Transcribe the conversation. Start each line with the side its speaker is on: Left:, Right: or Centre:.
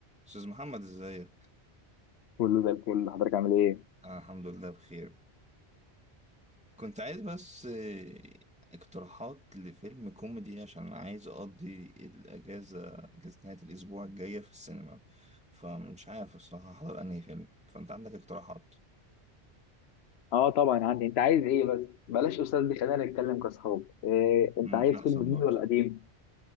Centre: أستاذ محمد إزيك؟
Left: كله زي الفل حضرتك عامل ايه؟
Centre: أنا الحمد لله بخير كنت عايز بس آه، اقتراحات لفيلم كوميدي عشان عايز أقضي الأجازة أجازة نهاية الأسبوع الجاية في السينما فمش عارف الصراحة أحضر أنهي فيلم فأنت عندك اقتراحات
Left: اه طبعا عندي انت عايز ايه بس؟ بلاش استاذ دي خلينا نتكلم كاصحاب إيه
Centre: ممكن
Left: انت عايز
Centre: أحسن
Left: فيلم جديد
Centre: برضه
Left: ولا قديم؟